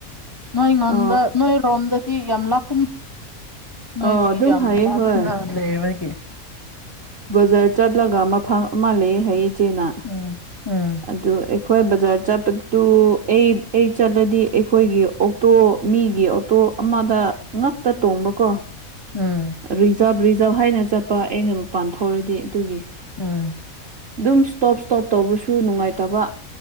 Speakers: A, on the left; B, on the right.
A: ꯅꯣꯏ ꯉꯣꯟꯗ
B: ꯑ
A: ꯅꯣꯏꯔꯣꯝꯗꯗꯤ ꯌꯥꯝ ꯂꯥꯞꯀꯅꯤ ꯅꯣꯏꯗꯤ
B: ꯑ ꯑꯗꯨꯝ
A: ꯌꯥꯝ
B: ꯍꯥꯏꯌꯦ
A: ꯂꯥꯞꯅ
B: ꯍꯣꯏ
A: ꯂꯩꯕꯒꯤ
B: ꯕꯖꯥꯔ ꯆꯠꯂꯒ ꯃꯐꯝ ꯑꯃ ꯂꯩ ꯍꯥꯏ ꯏꯆꯦꯅꯥ
A: ꯎꯝ ꯎꯝ
B: ꯑꯗꯨ ꯑꯩꯈꯣꯏ ꯕꯖꯥꯔ ꯆꯠꯄꯗꯨ ꯑꯩ ꯑꯩ ꯆꯠꯂꯗꯤ ꯑꯩꯈꯣꯏꯒꯤ ꯇꯣ ꯃꯤꯒꯤ ꯑꯣꯇꯣ ꯑꯃꯗ ꯉꯛꯇ ꯇꯣꯡꯕꯀꯣ
A: ꯎꯝ
B: ꯔꯤꯖꯥꯚ ꯔꯤꯖꯥꯚ ꯍꯥꯏꯅ ꯆꯠꯄ ꯑꯩꯅ ꯃꯄꯥꯟ ꯊꯣꯛꯔꯗꯤ ꯑꯗꯨꯒꯤ
A: ꯎꯝ
B: ꯑꯗꯨꯝ ꯁꯇꯣꯞ ꯁꯇꯣꯞ ꯇꯧꯕꯁꯨ ꯅꯨꯡꯉꯥꯏꯇꯕ